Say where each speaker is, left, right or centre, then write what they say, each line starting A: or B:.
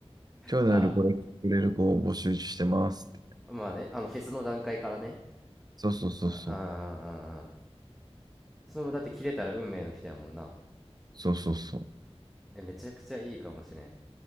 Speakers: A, on the right; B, in the centre.
A: 今日の夜これ着てくれる子を募集してますって。
B: あ、まあね、あの、フェスの段階からね、
A: そうそうそうそう。
B: ああ、ああ、あその、だって切れたら運命の人やもんな。
A: そうそうそう。
B: え、めちゃくちゃいいかもしれん。